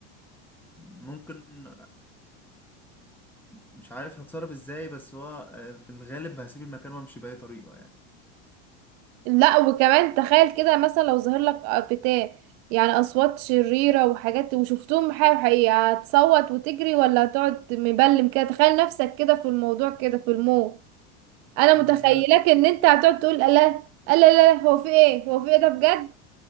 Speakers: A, in the centre; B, on the right.
A: ممكن مش عارف هتصرف ازاي بس هو آه، في الغالب هسيب المكان وامشي باي طريقه يعني
B: لا وكمان تخيل كده مثلا لو ظهر لك آه، بتاع يعني أصوات شريرة وحاجات وشفتهم حقيقي حقيقي هتصوت وتجري ولا هتقعد مبلم كده تخيل نفسك كده في الموضوع كده في الموت انا متخيلاك
A: لا
B: ان انت هتقعد تقول لا لا لا لا هو في ايه هو في ايه ده بجد